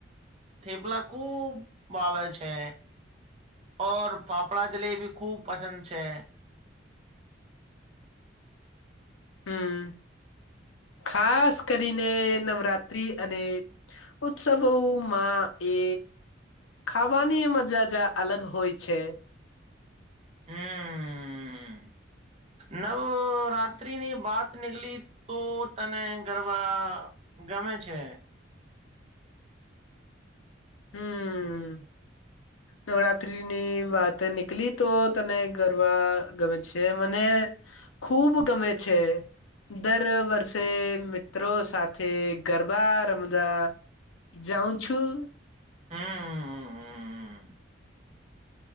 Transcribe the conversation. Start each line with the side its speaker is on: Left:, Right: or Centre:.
Right: થેપલા ખૂબ ભાવે છે ઓર ફાફળા જલી ભી ખૂબ પસંદ છે
Left: હમ ખાસ કરીને નવરાત્રી અને ઉત્સવોમાં એ ખાવાની મજાજ અલગ હોય છે
Right: હમ નવરાત્રી ની વાત નીકળી તો તને ગરબા ગમે છે.
Left: હમ. નવરાત્રીની વાત નીકળ તો તને ગરબા ગમે છે મને ખૂબ ગમે છે દર વર્ષે મિત્રો સાથે ગરબા રમતા જાઉં છું.
Right: હમ